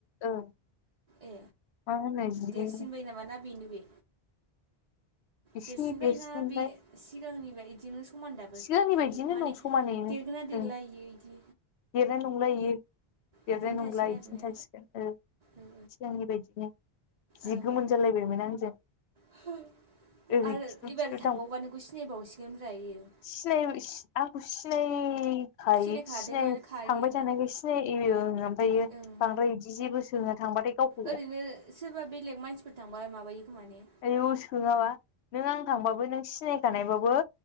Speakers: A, on the left; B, on the right.
A: ओं
B: ए
A: मा होनो जि
B: देरसिनबाय नामा ना बेने बे
A: एसे
B: देरसिन बायना
A: देरसिनबाय
B: बे सिगांनि बायदि मो समान दाबो
A: सिगांनि
B: थायो
A: बायदिनो
B: माने
A: दं समानैनो
B: देरगोना देरला
A: ओं
B: इयो इदि
A: देरनाय नंला इयो। देरनाय
B: इदिनो
A: नंला
B: थासिगोन
A: इदिनो
B: आरो ने
A: थासिगोन ओ
B: ओं
A: सिगांनि बायदिनो। जि
B: ओ
A: गोमोन जालायबायमोन आंजों।
B: <unintelligible>
A: ओरै
B: आरो
A: खिथु
B: एबार
A: खिथु
B: थांबावबा नोंखौ सिनायबावसिगोन ब्रा इयो।
A: सिनाययोमोन आंखौ सिनायखायो
B: सिनायखादोंआनो
A: सिनाय
B: खायोदां
A: थांबाय थानायखाय सिनायो ओमफ्रायो
B: ओं
A: बांद्राय बिदि जेबो सोङो थांबाथाय गाव
B: ओरैनो सोरबा बेलेग मानसिफोर थांबा माबायो खोमाने?
A: आयौ सोङाबा नों आं थांबाबो नों सिनायखानायबाबो